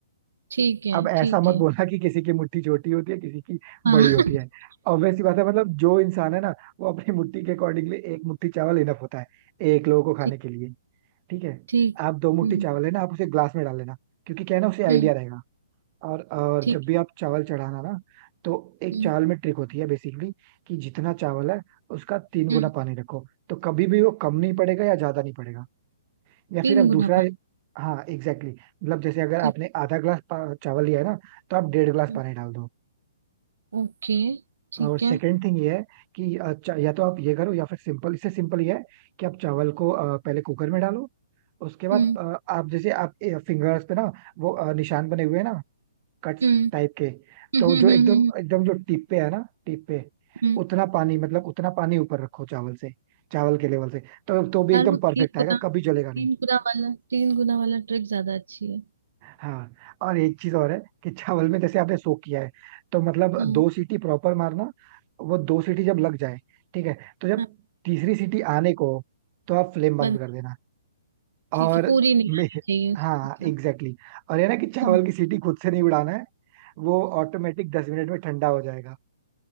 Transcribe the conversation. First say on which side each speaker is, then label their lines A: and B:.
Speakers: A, on the right (about 80°); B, on the right (about 30°).
A: ठीक है
B: अब ऐसा
A: ठीक
B: मत
A: है
B: बोलना कि किसी की मुट्ठी छोटी होती है किसी की
A: हाँ
B: बड़ी होती
A: <laughs>
B: है ऑब्वियस सी बात है मतलब जो इंसान है ना वो अपनी मुट्ठी के अकॉर्डिंगली एक मुट्ठी चावल इनफ होता है एक लोगों को खाने
A: ठीक
B: के लिए ठीक है
A: ठीक
B: आप दो मुट्ठी
A: हम्म
B: चावल लेना आप उसे ग्लास में डाल लेना क्योंकि क्या है ना उसे आइडिया
A: हम्म
B: रहेगा और और
A: ठीक
B: जब भी
A: है
B: आप चावल चढ़ाना ना तो एक
A: हम्म
B: चावल में ट्रिक होती है बेसिकली कि जितना चावल है उसका तीन
A: हम्म
B: गुना पानी रखो तो कभी भी वो कम नहीं पड़ेगा या ज्यादा नहीं पड़ेगा या
A: तीन
B: फिर आप
A: गुना
B: दूसरा
A: पानी
B: हाँ एग्जैक्टली exactly. मतलब जैसे अगर
A: ठीक
B: आपने आधा ग्लास चावल लिया है ना तो आप डेढ़ ग्लास
A: हम्म,
B: पानी डाल दो
A: ओके ठीक
B: और सेकंड
A: है
B: थिंग ये है कि अ, चा- या तो आप ये करो या फिर सिंपल इससे सिंपल ये है कि आप चावल को अ, पहले कुकर में डालो उसके बाद
A: हम्म
B: अ, आप जैसे आप फिंगर्स पे ना वो अ, निशान बने हुए हैं ना कट्स
A: हम्म
B: टाइप के
A: हम्म
B: तो
A: हम्म
B: जो
A: हम्म,
B: एकदम
A: हम्म, हम्म।
B: एकदम जो टिप पे है ना टिप पे
A: हम्म।
B: उतना पानी मतलब उतना पानी ऊपर रखो चावल से चावल के लेवल से तो तो भी
A: यार
B: एकदम
A: वो
B: परफेक्ट
A: तीन गुना
B: आएगा कभी जलेगा नहीं
A: तीन गुना वाला तीन गुना वाला ट्रिक ज्यादा अच्छी है
B: हाँ और एक चीज और है कि चावल में जैसे आपने सोक किया है तो मतलब
A: हम्म
B: दो सीटी प्रॉपर मारना वो दो सीटी जब लग जाए ठीक है तो जब
A: हम्म,
B: तीसरी सीटी आने को हो, तो आप फ्लेम बंद
A: बस
B: कर देना और
A: ठीक है पूरी नहीं
B: मे
A: आनी चाहिए उसका
B: हाँ
A: मतलब
B: एग्जैक्टली exactly. और ये ना कि चावल
A: हम्म।
B: की सीटी खुद से नहीं उड़ाना है वो ऑटोमेटिक दस मिनट में ठंडा हो जाएगा